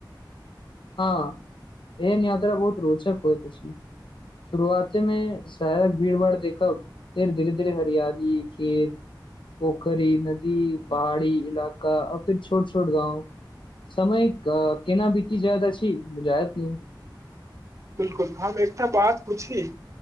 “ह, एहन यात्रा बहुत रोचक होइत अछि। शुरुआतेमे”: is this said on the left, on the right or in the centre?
Left